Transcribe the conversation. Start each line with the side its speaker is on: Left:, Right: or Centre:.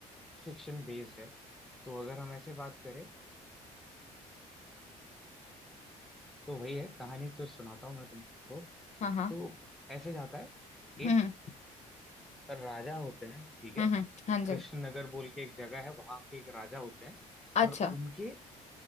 Centre: फिक्शन बेस्ड है तो अगर हम ऐसे बात करें तो वही है कहानी फिर सुनाता हूँ मैं तुमको
Left: हाँ हाँ
Centre: तो ऐसे जाता है
Left: हम्म
Centre: एक राजा होते हैं ठीक है
Left: हम्म हम्म, हाँ जी
Centre: कृष्णनगर बोल के एक जगह है वहां के एक राजा होते हैं
Left: अच्छा
Centre: और उनके